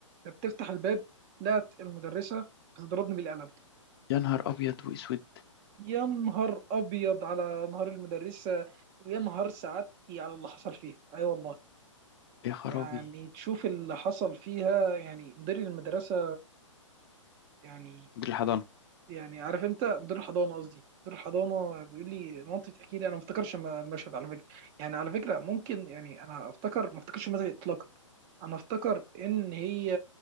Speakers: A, on the right; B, on the left.
A: بتفتح الباب لقت المدرسة بتضربني بالقلم
B: يا نهار ابيض واسود
A: يا نهار ابيض على نهار المدرسه ويا نهار سعادتي على اللي حصل فيها اي أيوة والله
B: يا خرابي
A: يعني تشوف اللي حصل فيها يعني مدير المدرسه يعني
B: دي الحضانه
A: يعني عارف انت مدير الحضانه قصدي مدير الحضانه بيقول لي مامتي بتحكي لي انا ما افتكرش الم- المشهد على فكره يعني على فكره ممكن يعني انا افتكر ما افتكرش المشهد اطلاقا انا افتكر ان هي